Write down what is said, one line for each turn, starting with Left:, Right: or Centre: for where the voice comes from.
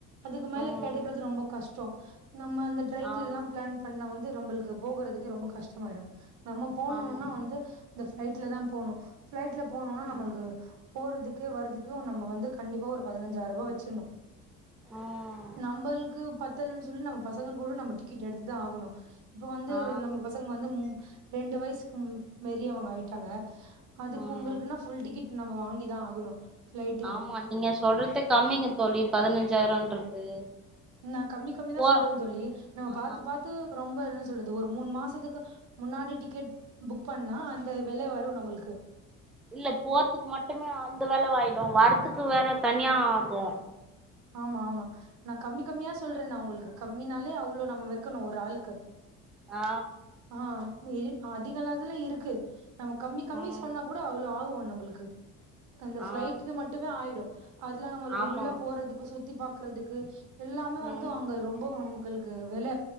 Right: அதுக்கு மேல
Centre: ம்
Right: கெடைக்கறது ரொம்ப கஷ்டோ நம்ம அந்த ட்ரெயின்லலா
Centre: ஆ
Right: பிளான் பண்ண வந்து நம்ள்க்கு போகறதுக்கே ரொம்ப கஷ்டமாயிடு நம்ம போணுனா
Centre: ஆமா ஆமா
Right: வந்து இந்த ஃபிளைட்ல தா போணு ஃபிளைட்ல போணுனா நம்மள்க்கு
Centre: ம்
Right: போறதுக்கு வரதுக்கு நம்ம வந்து கண்டிப்பா ஒரு பதினஞ்சாயிர்வா வச்சிர்ணு
Centre: ம்
Right: நம்மள்க்கு பத்தலன் சொல்லி நம்ம பசங்க கூட நம்ப டிக்கெட் எடுத்துதா ஆகணு இப்ப வந்து
Centre: ஆ
Right: நம்ம பசங்க வந்து ம் ரெண்டு வயசுக்கு ம் மேரியு அவுங்க ஆயிட்டாங்க அதுக்கு
Centre: ம்
Right: உங்கள்க்குன்னா ஃபுல் டிக்கெட் நம்ம வாங்கி தா ஆகணு ஃப்ளைட்டுக்கு
Centre: ஆமா நீங்க சொல்றது கம்மிங்க தோழி பதினஞ்சாயிரன்றது
Right: நா கம்மி கம்மிதா
Centre: போறோ
Right: சொல்றே தோழி நம்ம
Centre: ஆ
Right: பாத்து பாத்து ரொம்ப என்ன சொல்றது ஒரு மூன் மாசத்துக்கு முன்னாடி டிக்கெட் புக் பண்ணா அந்த விலை வரு நம்ள்க்கு
Centre: இல்ல போறதுக்கு மட்டு அந்த வெலவாயிடு வர்றத்துக்கு வேற தனியா ஆகு
Right: ஆமாமா நா கம்மி கம்மியா சொல்றே நா உங்கள்க்கு கம்மினாலே அவ்ளோ நம்ம வைக்கணு ஒரு ஆள்க்கு
Centre: ஆ
Right: ஆ ம் அதிகல்லதுல இருக்கு நம்ம கம்மி கம்மி
Centre: ம்
Right: சொன்னா கூட அவ்ளோ ஆகு நம்மள்க்கு அந்த
Centre: ஆ
Right: ஃப்ளைட்க்கு மட்டுமே ஆயிடு அதுல நம்மளுக்கு
Centre: ஆமா
Right: உள்ள போறதுக்கு சுத்தி பாக்குறதுக்கு எல்லாமே
Centre: ம்
Right: வந்து அங்க ரொம்ப உங்கள்க்கு வெல